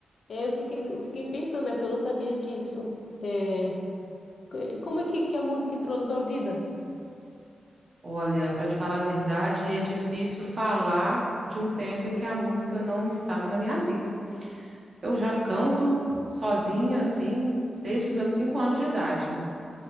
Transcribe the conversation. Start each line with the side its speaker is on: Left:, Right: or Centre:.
Left: É, Eu fiquei, eu fiquei pensando, né? Porque eu não sabia disso. É, co- como é que, que a música entrou na tua vida?
Right: Olha, para te falar a verdade, é difícil falar de um tempo em que a música não estava na minha vida. Eu já canto sozinha, assim, desde os meus cinco anos de idade.